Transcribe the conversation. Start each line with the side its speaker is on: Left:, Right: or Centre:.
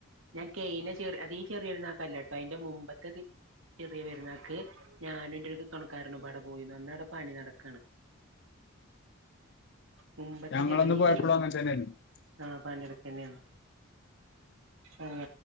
Right: ഞാൻ കെയ് ചെറി അത ചെറിയോരണം കല്ലട്ടോ അയിന്റെ മുമ്പത്തെത് ചെറിയ പെര്ന്നാക്ക് ഞാനും എന്റെ ഒര് തൊണക്കാരനുംപാടെ പോയീന്നു അന്നവടെ പണി നടക്കാണ് മുമ്പത്തെ
Left: ഞങ്ങളൊന്ന്
Right: ചെറിഞ്ഞീ
Left: പോയപ്പോഴും
Right: ഈ ചെറി
Left: അങ്ങനെ തന്നെയായിരുന്നു
Right: ആഹ് പണിനടക്കെന്നേണ് ആ